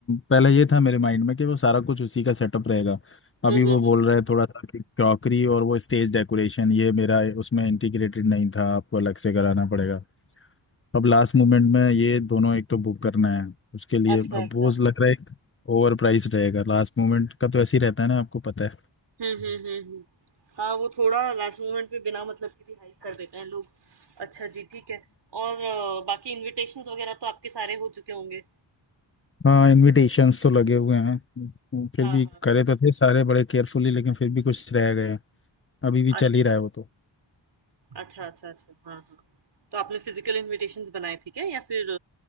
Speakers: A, on the left; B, on the right.
A: पहले ये था मेरे माइंड में कि वो सारा कुछ उसी का सेटअप रहेगा अभी
B: हम्म
A: वो
B: हम्म हम्म
A: बोल रहा है थोड़ा सा कि क्रॉकरी और वो स्टेज डेकोरेशन ये मेरा उसमें इंटीग्रेटेड नहीं था आपको अलग से कराना पड़ेगा अब लास्ट मोमेंट में ये दोनों एक तो बुक करना है उसके लिए
B: अच्छा
A: अब
B: अच्छा
A: वो लग रहा है ओवर प्राइस रहेगा लास्ट मोमेंट का तो ऐसे ही रहता है ना आपको पता है
B: हम्म हम्म हम्म हम्म। हाँ वो थोड़ा लास्ट मोमेंट पे बिना मतलब के भी हाइक कर देते हैं लोग अच्छा जी ठीक है और अ, बाकी इनविटेशंस वगैरह तो आपके सारे हो चुके होंगे
A: हाँ इनविटेशंस तो लगे हुए हैं फिर
B: हाँ
A: भी
B: हाँ
A: करे तो थे सारे बड़े केयरफुली लेकिन फिर भी कुछ रह गए अभी भी चल
B: अच्छा
A: ही रहा है वो तो
B: अच्छा, अच्छा, अच्छा। हाँ, हाँ। हाँ। तो आपने फिजिकल इन्विटेशंस बनाए थे क्या या फिर